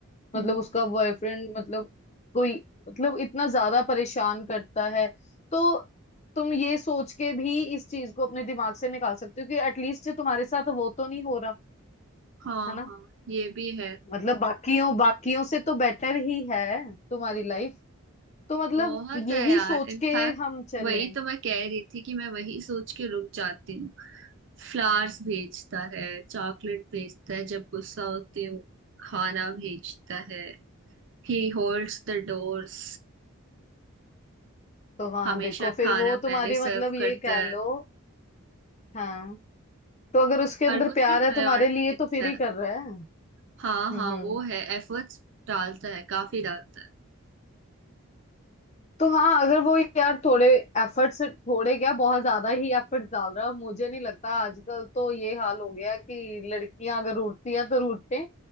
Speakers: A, on the right; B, on the left.
A: हम्म
B: मतलब उसका बॉयफ्रेंड मतलब कोई मतलब इतना ज्यादा परेशान करता है तो तुम ये सोच के भी इस चीज को अपने दिमाग से निकाल सकते हो कि एटलीस्ट तुम्हारे साथ वो तो नहीं हो रहा
A: हाँ
B: है ना
A: हाँ ये भी है
B: मतलब हम्म बाकियों बाकियों से तो बेटर ही है तुम्हारी लाइफ तो मतलब
A: बहुत
B: यही
A: है यार
B: सोच
A: इनफैक्ट
B: के हम चलें
A: वही तो मैं कह रही थी कि मैं वही सोच के रुक जाती हूँ फ्लावर्स भेजता है चॉकलेट भेजता है जब गुस्सा होती हूँ खाना भेजता है ही होल्ड्स द डोर्स
B: तो हाँ
A: हमेशा
B: देखो फिर
A: खाना
B: वो तुम्हारी
A: पहले
B: मतलब
A: सर्व
B: ये
A: करता
B: कह लो
A: है
B: हाँ तो अगर उसके अंदर
A: हर कुछ
B: प्यार
A: में प्रायोरिटी
B: है तुम्हारे लिए
A: दिखता
B: तो फिर ही
A: है
B: कर रहा है
A: हाँ
B: हम्म
A: हाँ
B: हम्म।
A: वो है एफर्ट्स डालता है काफी डालता है
B: तो हाँ अगर वो यार थोड़े एफर्ट से थोड़े क्या बहुत ज्यादा ही एफर्ट डाल रहा है और मुझे नहीं लगता आजकल तो ये हाल हो गया कि लड़कियां अगर रूठती हैं तो रूठे